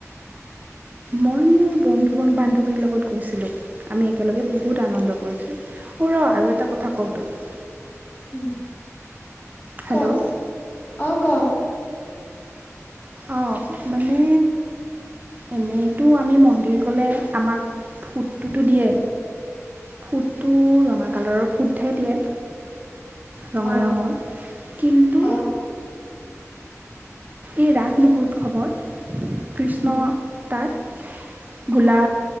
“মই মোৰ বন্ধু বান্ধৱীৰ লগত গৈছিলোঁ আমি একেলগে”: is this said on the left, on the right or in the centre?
Right